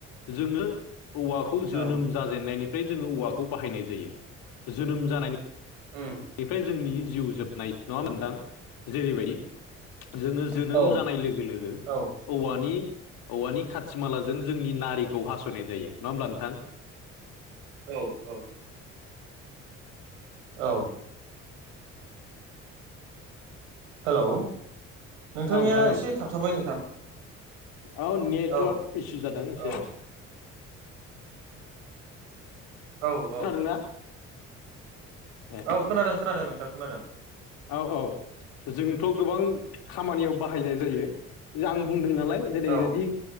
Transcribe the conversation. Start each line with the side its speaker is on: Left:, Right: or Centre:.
Left: जोङो औवाखौ
Right: औ
Left: जोनोम जाजेनायनिफ्राय जोङो औवाखौ बाहायनाय जायो जोनोम जानायनि
Right: ओम।
Left: फ्राय जोंनि जिउ जोबनाय नङा होमबा नोंथां जेरैबायदि जोङो जोनोम
Right: औ
Left: जानाय लोगो लोगो
Right: औ
Left: औवानि औवानि खाथि मालाजों जोंनि नारिखौ हास'नाय जायो नङा होमब्ला नोंथां।
Right: औ औ‌। औ। हेलौ नोंथांनिया
Left: औ नोंथां
Right: एसे
Left: औ
Right: थाबथाबाय नोंथां।
Left: औ नेटवार्क
Right: औ
Left: इसु जादों एसे।
Right: औ औ औ
Left: जादोंना ए
Right: औ खोनादों खोनादों नोंथां खोनादों
Left: औ औ जोंथ' गोबां खामानियाव बाहायनाय जायो आं बुंदों नालाय जेरैबायदि
Right: औ